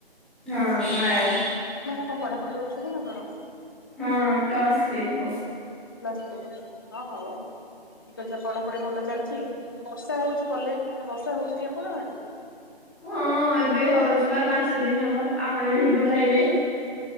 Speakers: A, in the centre; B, on the left (about 20°).
A: ହଁ ନୟାଗଡ଼।
B: ମାନେ କଣ ପଢାପଢି କରୁଛନ୍ତି ନା କଣ?
A: ହଁ ପ୍ଲସ୍ ଥ୍ରି କର
B: ପ୍ଲସ୍ ଥ୍ରୀ ପଢୁଛନ୍ତି ହଁ ହଉ। ଠିକ୍ ଅଛି ଆ ପଢାପଢି ଭଲ ଚାଲିଚି ବର୍ଷା ହଉଚି କଲେଜ ବର୍ଷା ହଉଚି ଟି ଆପଣ ଆଡେ?
A: ହଁ ଏବେ ହଉଚି ବା ପାଞ୍ଚ ଦିନ ହବ ଆପଣ ଯେମିତି
B: ହଁ।
A: କହିଲେ।